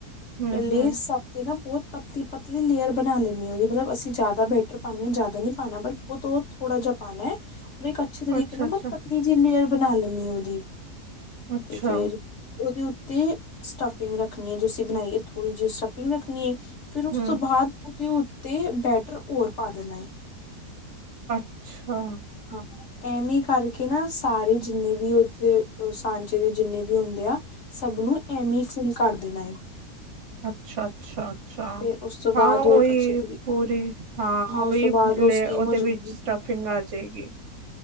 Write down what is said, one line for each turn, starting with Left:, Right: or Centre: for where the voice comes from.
Right: ਹੂੰ-ਹੂੰ,
Left: ਪਹਿਲੇ ਸਭ ਤੇ ਨਾ ਬਹੁਤ ਪਤਲੀ -ਪਤਲੀ ਲੇਅਰ ਬਣਾ ਲੈਣੀ ਮਤਲਬ ਅਸੀ ਜਿਆਦਾ ਬੈਟਰ ਪਾਉਦੇ ਜਿਆਦਾ ਨੀ ਪਾਉਣਾ ਬ ਉਹ ਥੋੜਾਿਹਾ ਪਾਉਣਾ ਹੈ। ਉਹ- ਅਛੇ ਤਰੀਕੇ
Right: ਅੱਛਾ-ਅੱਛਾ,
Left: ਨਾਲ ਪਤਨੀ ਜੀ ਲੇਅਰ ਬਣਾ ਲੈਦੀ ਉਹਦੀ
Right: ਅੱਛਾ,
Left: ਤੇ ਫੇਰ ਉਹਦੇ ਉਤੇ ਸਟਫਿੰਗ ਰੱਖਣੀ ਹ ਜੋ ਅਸੀ ਬਣਾਈਏ ਥੋੜ੍ਹੀ ਜਿਹੀ ਸਟਫਿੰਗ ਰੱਖਣੀ ਹੈ। ਫਿਰ ਉਸ
Right: ਹੂੰ,
Left: ਤੋਂ ਬਾਅਦ ਉਹਦੇ ਉਤੇ ਬੈਟਰ ਹੋਰ ਪਾ ਦੇਣਾ ਹੈ।
Right: ਅੱਛਾ।
Left: ਹਾਂ ਐਵੇ ਕਰਕੇ ਨਾ ਸਾਰੇ ਜਿਨੇ ਵੀ ਉਥੇ। ਉਹ ਸਾਂਚੇ ਦੇ ਜਿੰਨੇ ਵੀ ਹੁੰਦੇ ਆ ਸਭ ਨੂੰ ਐਮੀ ਫੀਲ ਕਰ ਦੇਣਾ ਏ
Right: ਅੱਛਾ, - ਅੱਛਾ। ਅੱਛਾ
Left: ਫੇਰ ਉਸ ਤੋਂ ਬਾਅਦ
Right: ਹਾਂ
Left: ਉਹ
Right: ਉਹੀ
Left: ਅੱਛੇ ਤਰੀ
Right: ਪੂਰੀ ਹਾਂ ਉਹੀ
Left: ਉਸ ਤੋਂ
Right: ਫੁੱਲੇ
Left: ਬਾਅਦ ਉਹ ਸਟੀਮ
Right: ਉਹਦੇ
Left: ਹੋ ਜਾਏਗੀ
Right: ਵਿੱਚ ਸਟਫਿੰਗ ਫਿੰਗ ਆ ਜਾਏਗੀ